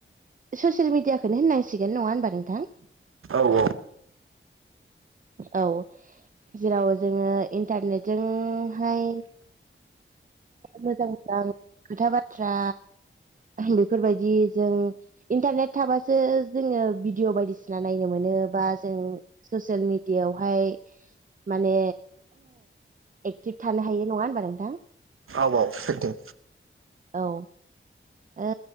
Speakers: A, on the right; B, on the right.
A: ससियेल मिडियाखौनो होननांसिगोन नङा होनोमबा नोंथां
B: औ औ
A: औ जेराव जोङो इन्टारनेटजों। ओंहाय मोजां मोजां खोथा बाथ्रा। बेफोरबायदि जों। इन्टारनेट थाबासो जोङो भिडिय बायदिसिना नायनो मोनो बा जों ससियेल मिडियावहाय। माने एक्टिभ थानो हायो नङा होनोमबा नोंथां?
B: औ औ नंगौ
A: औ ओ